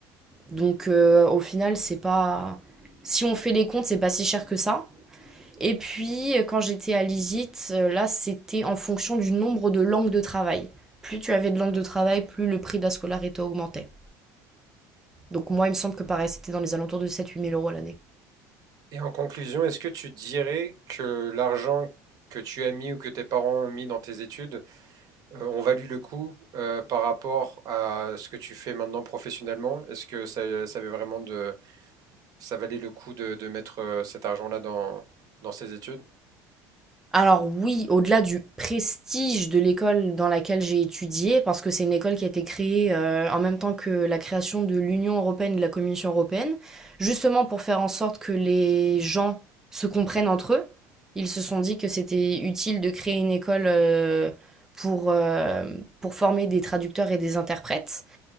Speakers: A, in the centre; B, on the right.
A: Donc euh, au final, c'est pas si on fait les comptes, c'est pas si cher que ça. Et puis euh, quand j'étais à l'ISIT, euh, là c'était en fonction du nombre de langues de travail. Plus tu avais de langues de travail, plus le prix de la scolarité augmentait. Donc moi, il me semble que pareil, c'était dans les alentours de 7 huit mille euros l'année.
B: Et en conclusion, est-ce que tu dirais que l'argent que tu as mis ou que tes parents ont mis dans tes études euh, ont valu le coup euh, par rapport à ce que tu fais maintenant professionnellement? Est-ce que ça, ça avait vraiment de ça valait le coup de, de mettre euh, cet argent-là dans, dans ses études.
A: Alors oui, au-delà du prestige de l'école dans laquelle j'ai étudié, parce que c'est une école qui a été créée euh, en même temps que la création de l'Union européenne et de la Commission européenne, justement pour faire en sorte que les gens se comprennent entre eux. Ils se sont dit que c'était utile de créer une école euh, pour, euh, pour former des traducteurs et des interprètes.